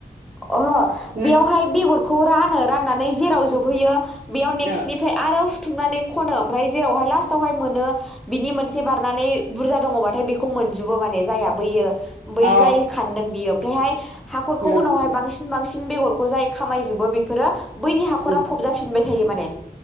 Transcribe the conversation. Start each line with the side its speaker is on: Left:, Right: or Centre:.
Centre: अह बेयावहाय
Right: ना
Centre: बेगरखौ रानो राननानै जेराव ज हैयो बेयाव नेक्सनिफ्राय
Right: औ
Centre: आरो हुथुमनानै खनो ओमफ्राय जेरावहाय लास्टावहाय मोनो बिनि मोनसे बारनानै बुरजा दङ बाथाय बेखौ मोनजोबो माने जाया बैयो, बै
Right: औ
Centre: जाय खानदों बियो। बेहाय हाखरखौ
Right: अ
Centre: उनावहाय बांसिन बेगरखौ जाय खामायजोबो बेफोरो बैनि हाखरा
Right: औ
Centre: फबजाफिनबाय थायो माने